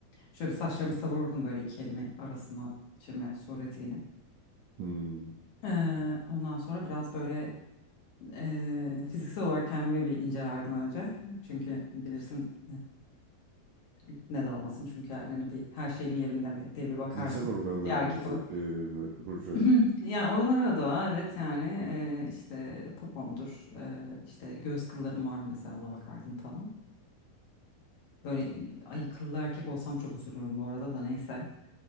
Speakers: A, on the left (about 50°); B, on the right (about 80°).
A: Şöyle bir saçlarımı savururdum böyle iki elimi arasına çirme suretiyle.
B: Hmm,
A: Ee, ondan sonra biraz böyle e, fiziksel olarak kendimi bir incelerdim önce. Çünkü bilirsin e, neden olmasın çünkü yani hani bir her şeyim yerinde mi diye bir bakardım.
B: cinsel organlarımızı
A: Bir erkek olarak.
B: e, bu- burcu.
A: Hı, Yani oralara da evet yani e, işte popomdur e, işte göğüs kıllarım var mı mesela ona bakardım falan. Böyle ay kıllı erkek olsam çok üzülürüm bu arada da neyse.